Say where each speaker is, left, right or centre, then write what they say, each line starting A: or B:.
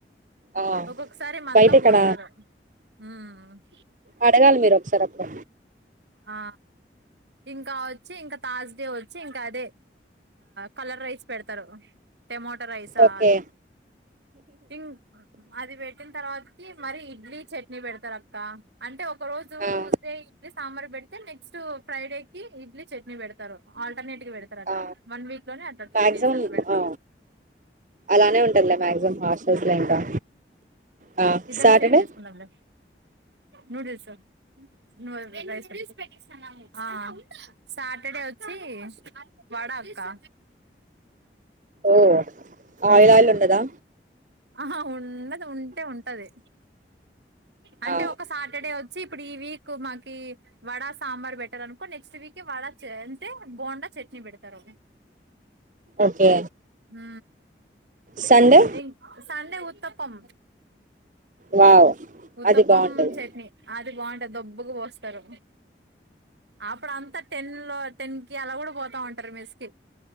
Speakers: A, on the right (about 45°); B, on the right (about 80°).
A: ఆ
B: ఒక్కొక్కసారి మందం
A: బయట ఇక్కడ
B: పోస్తారు హ ఆ
A: అడగాలి మీరు ఒకసారి అప్పుడు
B: ఆ ఇంకా వచ్చ వచ్చి ఇంకా తాజ్ డే వచ్చి ఇంకా అదే కలర్ రైస్ పెడతారు టెమోటో రైసా
A: ఓకే
B: అది థింగ్ అది వే పెట్టిన తర్వాత కి మరీ ఇడ్లీ చట్నీ పెడుతరు అక్క అంటే ఒ ఒక రోజు
A: ఆ
B: టూస్డే ఇడ్లీస్ సాంబార్ పెడితే నెక్స్ట్ ఫ్రైడే కి ఇడ్లీ చట్నీ పెడతారు ఆల్ టర్నేట్ గా పెడతారు అట్లా
A: ఆ
B: వన్ విక్ లోనే అట్ల టూ
A: మాక్సిమం
B: డేస్ అట్లా పెడ్తారు
A: ఆ అలానే ఉంటదిలే మాక్సిమం హాస్టల్స్ లో ఇంకా ఆ
B: ఇద్దరం
A: సాటర్డే
B: షేర్ చేసుకుందాం లే నూడిల్స్ నువేళ్ళు ఆ సాటర్డే వచ్చి వడా కా
A: ఓ
B: హు
A: ఆయిల్ ఆయిల్ ఉండదా
B: ఆహా ఉండదు ఉంటే ఉంటది అంటే
A: ఆ
B: ఒక సాటర్డే వచ్చి ఇప్పుడు ఈ వీక్ మాకి వడ సాంబార్ పెట్టారనుకో నెక్స్ట్ వీక్ వడ అంటే బోండా చట్నీ పెడతారు
A: ఓకే
B: హు
A: సండే
B: రిన్ సండే ఉ తప్పం
A: వావ్
B: ఉత్తప్పం
A: అది బాగుంటది
B: చట్నీ అది బాగుంటది దబ్ బ్బుకు పోస్తారు అప్పుడు అంతా టెన్ లో టెన్ కి అలా కూడా పోతా ఉంటారు మేస్కి